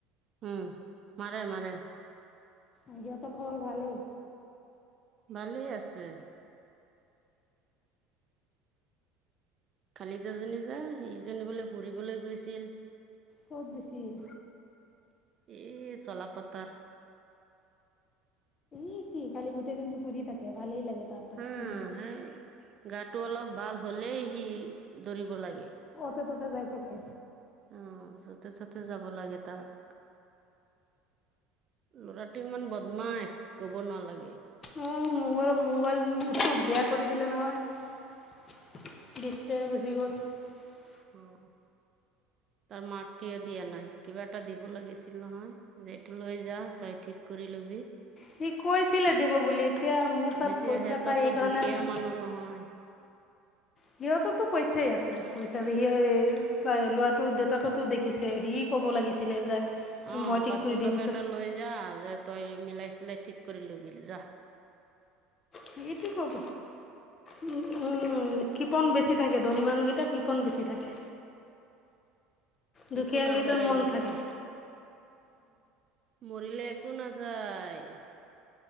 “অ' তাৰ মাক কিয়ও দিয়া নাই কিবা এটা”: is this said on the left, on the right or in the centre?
Right